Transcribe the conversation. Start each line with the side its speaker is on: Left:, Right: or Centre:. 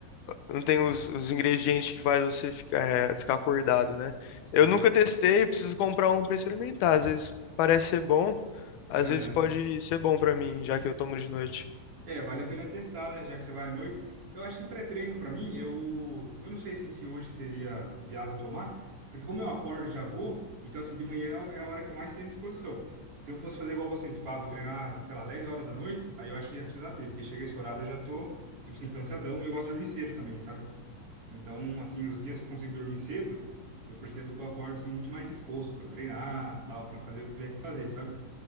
Left: não tem os, os ingredientes que faz você ficar, é, ficar acordado, né?
Right: Sei,
Left: Eu nunca
Right: sei.
Left: testei, preciso comprar um para experimentar. Às vezes parece ser bom, às
Right: Aham.
Left: vezes pode ser bom para mim, já que eu tomo de noite.
Right: É, vale a pena testar, né? Já que você vai à noite. Eu acho que pré-treino, pra mim, eu, eu não sei assim, se hoje seria viável tomar, porque como eu acordo e já vou, então assim, de manhã é a hora que eu mais tenho disposição. Se eu fosse fazer igual você, tipo, ah, vou treinar, sei lá, 10 horas da noite, aí eu acho que ia precisar ter, porque chega esse horário eu já tô, tipo assim, cansadão e eu gosto de dormir cedo também, sabe? Então, assim, os dias que eu consigo dormir cedo, eu percebo que eu acordo, assim, muito mais disposto pra treinar, tal, pra fazer o que tiver que fazer, sabe?